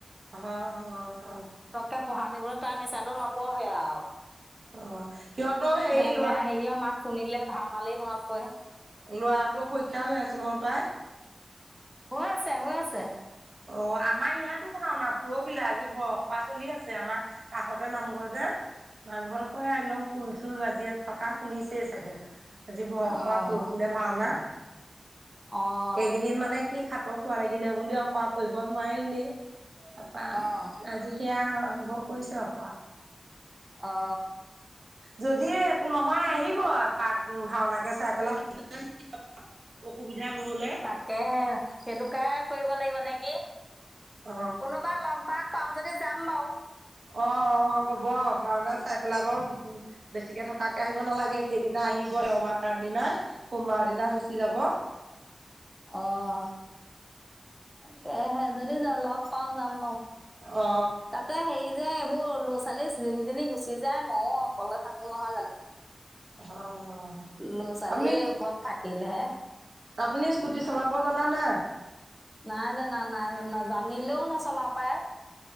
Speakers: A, on the right; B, in the centre.
A: হয় হয় হয়
B: কে পঢ়াৰ টেবুলত তাৰ নিচাটো নবহে আও।
A: অ' সিহঁতো হেৰিত
B: হেৰিয় মাত শুনিলে ভাওনালেই মনত পৰে।
A: ল'ৰাটোও পৰীক্ষা হৈ আছে নহয় পায়।
B: হৈ আছে হৈ আছে।
A: অ' আমাৰ ইয়াতো ভাওনা পৰহিলে আজি ব অখৰা চলি আছে আমাৰ কাষতে নামঘৰ যে, নামঘৰ কৈ একদম খোল চোল বাজি থকা শুনিছেই চাগে। আজি বৰ খৱা
B: অঁ
A: পৰহিলে ভাওনা,
B: অ',
A: এইকেইদিন মানে কি হা হাতৰ চোৱা লাগিলে বুলি অখৰা কৰিব নোৱাৰিলেই, তাপা
B: অ',
A: আজি এতিয় আৰম্ভ কৰিছে অখৰা।
B: অঁ।
A: যদি একো নহয় আহিব এপাক, ভাওনাকে চাই পেলাই <unintelligible> অসুবিধা নহ'লে।
B: তাকেহে, সেইটো কাই কৰিব লাগিব নেকি?
A: অ অ
B: কোনোবা লগ ভাগ পাওঁ যদি যাম বাৰু।
A: অঁ অঁ' হ'ব ভাওনাৰ চাই পেলাই বাৰু বেছিকে থকাকে আহিব নালাগে, সেই দিনা আহিব দেওবাৰ দিনা, সোমবাৰৰ দিনা গুচি যাব।
B: অঁ। তাকেহে যদি য লগ পাওঁ যাম বাৰু,
A: অ
B: তাতে হেৰি যে এইবোৰ ল'ৰা ছোৱালী যেনি তেনি গুচি যায় মইও অকলে থাকো নহয় জানোঁ।
A: হয় হয়।
B: ল'ৰা ছোৱালী
A: আপুনি
B: ঘৰত থাকিলেহে।
A: আপুনি স্কুটি চলাব জানা নাই?
B: নাই জানা নাই জানা জানিলেও নচলাও পাই।